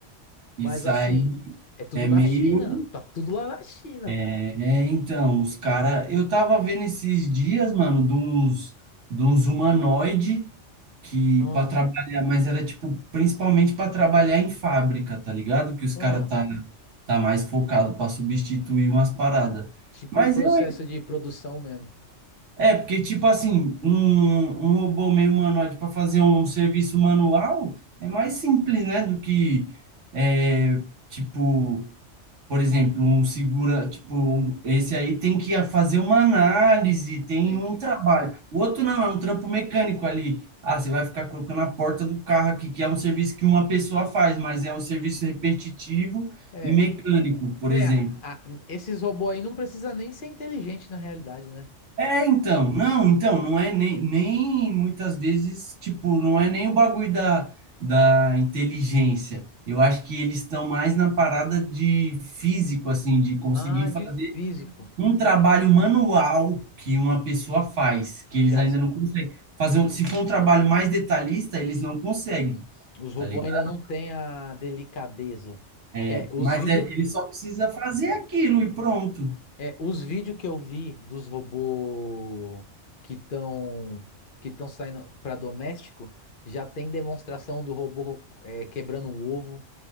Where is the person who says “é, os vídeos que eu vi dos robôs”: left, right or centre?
Left